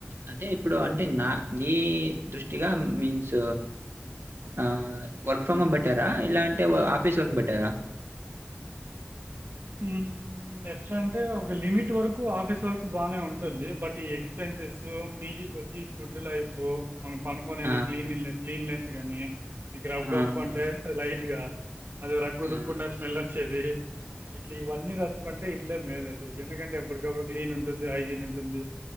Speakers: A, on the right (about 80°); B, on the right (about 60°).
A: అంటే ఇప్పుడు అంటే నా నీ దృష్టిగా మీన్స్ ఆ వర్క్
B: కానీ
A: ఫ్రమ్ హోమ్ బెటరా ఇలాం ఆఫీస్ వర్క్ బెటరా
B: హ్ ఎట్లలంటే ఒక లిమిట్ వరకు ఆఫీస్ వరకు బాగానే ఉంటుంది బట్ ఈ ఎక్స్పెన్సెస్ పీజీకి వచ్చి ఫుడ్ లైఫు మనం పనుకునేది
A: ఆ!
B: క్లీన్ క్లీన్లెస్ గనీ <inaudible>
A: ఆహా!
B: అంటే లైట్ ఇగ అది రగ్గు ఉతుక్కున
A: ఆ!
B: స్మెల్ చెవి ఇట్లివన్నీ తల్చుకుంటే ఇ ఇల్లే మేల్ అసల్కి ఎందుకంటే ఎప్పటికప్పుడు క్లీన్ ఉంటుంది. హైజీన్ ఉంటుంది.